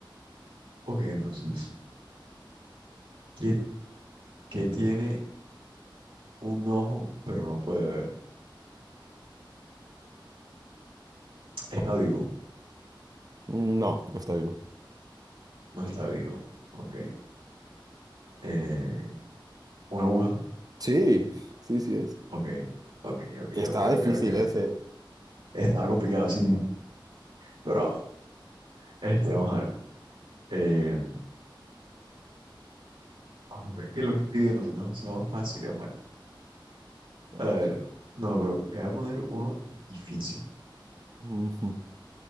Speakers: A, on the right; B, on the right.
A: Ok, entonces, ¿qué, qué tiene un ojo pero no puede ver? Está vivo,
B: No, no está vivo.
A: no está vivo. Ok. Eh, una aguja.
B: Sí, sí, sí es.
A: Ok, ok, ok,
B: Estaba
A: ok,
B: difícil
A: ok, ok.
B: ese.
A: ok. Estaba complicado, sí. Pero, este, vamos a ver. Eh, Hombre, que los que pidió no son demasiado fáciles, man.
B: A
A: A ver,
B: ver.
A: no, pero te voy a poner uno difícil,
B: Ujú.